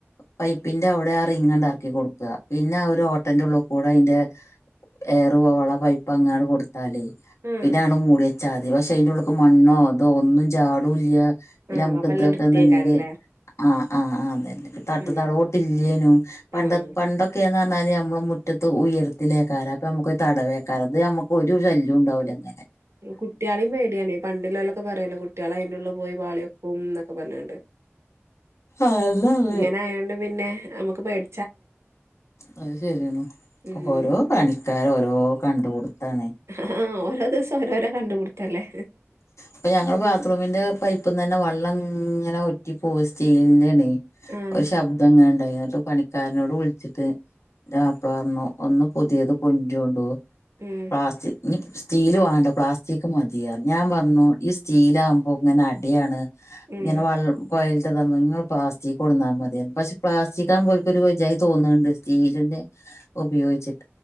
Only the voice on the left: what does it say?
പൈപ്പിന്റെ അവിടെ ആ റിംഗ് ആട്ട് എറക്കി കൊടുക്കാ പിന്നെ ആ ഒരു ഓട്ടന്റെ ഉള്ളിൽ കൂടെ അതിന്റെ എയറു പോവാൻ ള്ള പൈപ്പ് അങ്ങാണ് കൊടുത്ത് ല്ലേ
പിന്നെ ആണ് മൂടിയച്ചാതി പക്ഷെ അയിന്റെറെ ഉള്ളിക്ക് മണ്ണോ അതോ ഒന്നും ചാടുല്യ പിന്നെ
നമുക്ക്
ഇതൊക്കെന്നിൽ
ആഹ് ആഹ് അതന്നെ ഇപ്പ തട്ട്
തടോട്ട് ഇല്ലേനും പണ്ട
പണ്ടൊ ഒക്കന്ന് പറഞ്ഞാല് നമ്മൾ മുറ്റത്ത് ഉയരത്തിലേക്കാറ് അപ്പ നമുക്ക് തടവേക്കാറ്ത് നമുക്ക് ഒരു ശല്യവും ഉണ്ടാവില്ലാലും
അതെ അതെ
അത് ശരിയാണ്
ഓരോ പണിക്കാര ഓരോ കണ്ട പുടുത്താണ്
അപ്പൊ ഞങ്ങ ബാത്റൂമിന്റെ പൈപ്പിൽ നിന്ന് തന്നെ വെള്ളം ഇങ്ങനെ ഒറ്റി പോവും സ്റ്റീലിന്റെണ
ഒരു ശബ്ദം അങ്ങനെ ഉണ്ടായി എന്നിട്ട് പണി കാരനോട് വിളിച്ചിട്ട് ഇന്റെ മാപ്പള പറഞ്ഞു ഒന്ന് പുതിയത് കൊണ്ട്രണ്ടൂ
പ്ലാസ്റ്റി ഇനി സ്റ്റീൽ വേണ്ട പ്ലാസ്റ്റിക്ക് മതിയ ഞാൻ പറഞ്ഞു ഈ സ്റ്റീലാ ആകുമ്പോ ഇങ്ങനെ അടിയാണ്
ഇങ്ങനെ വ കൊയലി തമ്മ നിങ്ങള് പ്ലാസ്റ്റിക്ക് കൊടുന്നാൽ മതിയ പക്ഷെ പ്ലാസ്റ്റി ആക്പ പോലക്ക ഒരുജായി തോന്നുന്നുണ്ട് സ്റ്റീലിന്റെ ഉപയോഗിച്ചിട്ട്